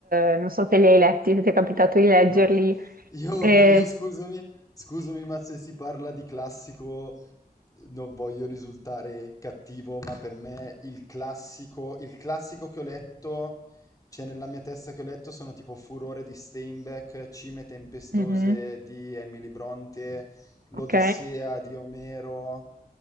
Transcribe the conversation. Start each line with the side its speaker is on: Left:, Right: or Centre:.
Right: eh, non so se li hai letti, se ti è capitato di leggerli.
Left: no. <laughs> Io,
Right: Eh,
Left: io scusami, scusami, ma se si parla di classico, non voglio risultare cattivo, ma per me il classico, il classico che ho letto, cioè nella mia testa che ho letto, sono tipo Furore di Steinbeck, Cime tempestose
Right: mhm,
Left: di Emily Bronte, L'Odissea
Right: Ok,
Left: di Omero.